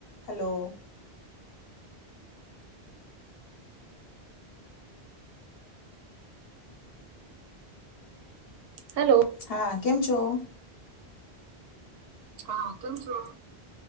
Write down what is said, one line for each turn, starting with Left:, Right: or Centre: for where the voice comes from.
Left: Hello.
Right: Hello.
Left: હા કેમ છો?
Right: હા, કેમ છો?